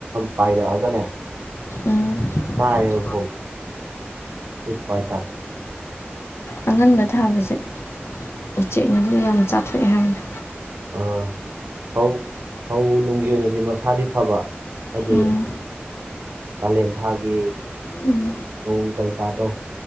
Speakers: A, on the right (about 70°); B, on the left (about 85°).
A: ꯄꯥꯏꯔꯛꯑꯒꯅꯦ
B: ꯑꯥ
A: ꯆꯥꯏꯌꯦꯕ ꯐꯧꯗꯣ ꯇꯨꯞꯄ ꯍꯥꯏꯇꯥꯔꯦ
B: ꯑꯉꯟꯕ ꯊꯥꯕꯁꯦ ꯎꯆꯦꯛꯅꯗꯤ ꯌꯥꯝ ꯆꯥꯊꯣꯛꯑꯦ ꯍꯥꯏꯕꯅꯦ
A: ꯑꯥ ꯐꯧ ꯐꯧ ꯅꯨꯡꯒꯤ ꯑꯣꯏꯅꯗꯤ ꯃꯁꯥꯗꯤ ꯐꯕ ꯍꯥꯏꯗꯤ
B: ꯎꯝ
A: ꯀꯥꯂꯦꯟ ꯊꯥꯒꯤ
B: ꯎꯝ
A: ꯅꯣꯡ ꯀꯔꯤꯀꯥꯗꯣ